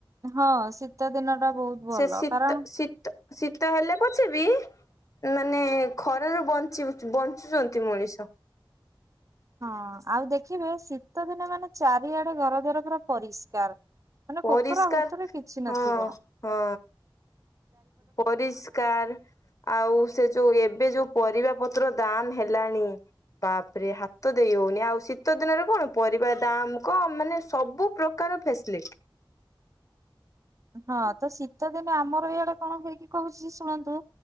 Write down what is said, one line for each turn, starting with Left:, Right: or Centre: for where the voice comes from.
Right: ହଁ ଶୀତ ଦିନ ଟା ବହୁତ ଭଲ
Left: ସେ ଶୀତ
Right: କାରଣ
Left: ଶୀତ ଶୀତ ହେଲେ ପଛେବି ମାନେ ଖରାରୁ ବଞ୍ଚି ବଞ୍ଚୁଚନ୍ତି ମଣିଷ।
Right: ହଁ ଆଉ ଦେଖିବେ ଶୀତ ଦିନେ ମାନେ ଚାରିଆଡେ ଘର ଦୁଆର ପୁରା ପରିଷ୍କାର। ମାନେ
Left: ପରିଷ୍କାର
Right: କୋତରା କୋତରି କିଛି ନଥିବ
Left: ହଁ ହଁ। ପରିଷ୍କାର। ଆଉ ସେ ଯୋଉ ଏବେ ଯୋଉ ପରିବା ପତ୍ର ଦାମ ହେଲାଣି ବାପରେ ହାତ ଦେଇ ହଉନି ଆଉ ଶୀତ ଦିନରେ କଣ ପରିବା ଦାମ କ ମାନେ ସବୁ ପ୍ର କର ଫ୍ୟାସିଲିଟି।
Right: ହଁ ତ ଶୀତଦିନେ ଆମର ଏଇଆଡେ କଣ ହୁଏକି କହୁଚି ଯେ ଶୁଣନ୍ତୁ।